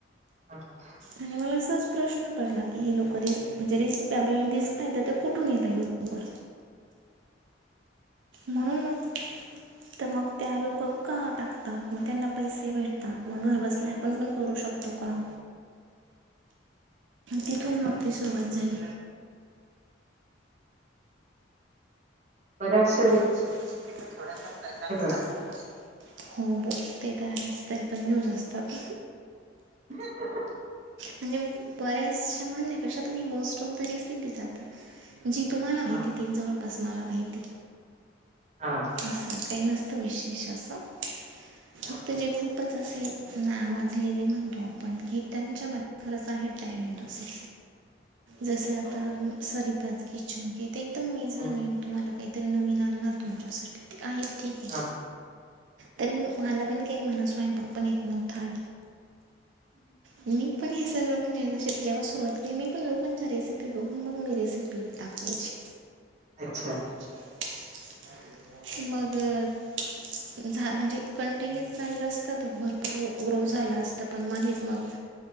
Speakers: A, on the right; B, on the right.
A: हा हा.
B: आणि मला असाच प्रश्न पडला की हे लोक रे म्हणजे रेसिपी आपल्याला दिसतय तर ते कुठून येत युट्यूब वर. म्हणून मग. तर मग त्या लोक का टाकतात मग त्यांना पैसे भेटतात मग घरबसल्या आपण पण करू शकतो. त का. तिथून मग त सुरुवात झाली.
A: परस.
B: मलाचश रेसिपी तर थोड्या करत आहेत कार सारख्याच
A: असतात
B: असत. हो हो ते तर आहेच तरी पण न्यूज असतात.
A: ह.
B: म्हणजे बऱ्याचशा म्हणण्यापेक्षा तुम्ही मोस्ट ऑफ द रेसिपी जातात. जी तुम्हाला माहिती
A: हा
B: तीन जवळपास मला माहिती.
A: हां.
B: असं काही नसतं विशेष असं फक्त
A: हा
B: जे खूप. खूपच असे ना माजलेले म्हणतो आपण की त्यांच्यामध्ये खरंच आहे टॅलेंट असं.
A: <inaudible>
B: जस आता सरिताच किचन कि ते एकदम मेजरमेंट
A: हो
B: तुम्हाला काहीतरी नवीन आणणार तुमच्यासाठी ते आहेत ठीक आहे.
A: हा
B: तर मला पण का मला स्वयंपाक पण येत नव्हता मी पण हे सगळं म्हणजे ज जेव्हा सुरुवात केली मी पण लोकांच्या रेसिपी बघून मग मी रेसिपी टाखवायची.
A: अच्छा.
B: अ. मगर. झा म्हणजे कंटिन्यु चालं असतं तर भरपूर ग्रो झालं असतं पण मधच मग